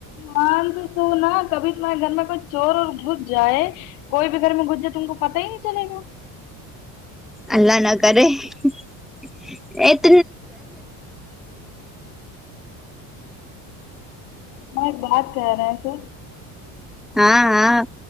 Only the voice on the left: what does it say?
مان تو سنا کبھی تمہارے گھر میں کوئی چور ور گھس جائے کوئی بھی گھر میں گھس جائے تم کو پتا ہی نہیں چلے گا
میں ایک بات کہہ رہے تھے